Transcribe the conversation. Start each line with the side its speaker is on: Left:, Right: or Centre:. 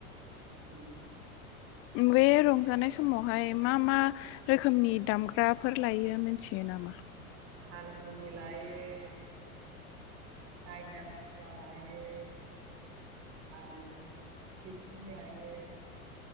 Right: रंजा बाजा
Left: बे रंजानाय समावहाय मा मा रोखोमनि दामग्राफोर लायो मिनथियो नामा
Right: हारमुनि लायो दायना थफ्ला लायो आरो सिफुं लायो